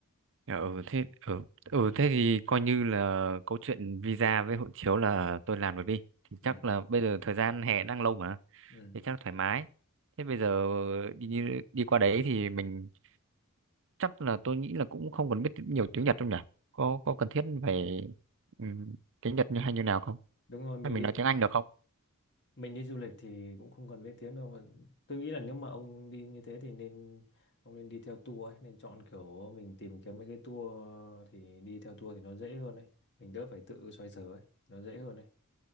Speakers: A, on the right; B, on the left.
A: ừ thế ừ, ừ thế thì coi như là câu chuyện visa với hộ chiếu là tôi làm được đi thì
B: ừ
A: chắc là bây giờ thời gian hè đang lâu mà
B: ừ
A: thì chắc thoải mái thế bây giờ đi đi qua đấy thì mình chắc là tôi nghĩ là cũng không cần biết nhiều tiếng Nhật đâu nhỉ có có cần thiết phải ừm, tiếng Nhật như hay như nào không
B: đúng rồi mình
A: hay mình
B: đi
A: nói tiếng Anh được không
B: mình đi du lịch thì cũng không cần biết tiếng đâu mà tôi nghĩ là nếu mà ông đi như thế thì nên ông nên đi theo tour ấy nên chọn kiểu mình tìm kiếm mấy cái tour thì đi theo tour thì nó dễ hơn đấy mình đỡ phải tự xoay sở ấy nó dễ hơn đấy